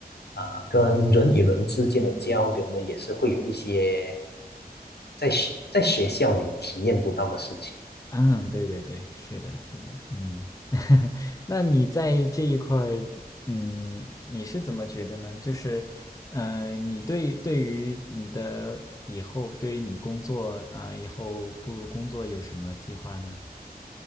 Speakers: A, on the left (about 85°); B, on the left (about 20°).
A: 啊、呃跟人与人之间的交流呢，也是会有一些在在学校里体验不到的事情。
B: 嗯，对对对，是的，是的，嗯，<laughs> 那你在这一块儿，嗯，你是怎么觉得呢？就是，嗯，你对对于你的以后，对于你工作啊，以后步入工作有什么计划呢？